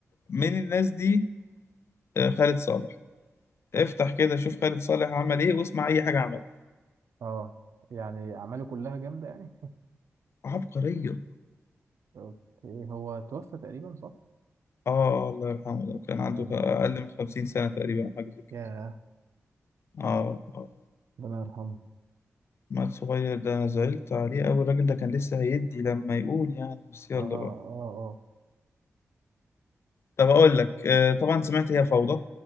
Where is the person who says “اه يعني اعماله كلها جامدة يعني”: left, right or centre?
Right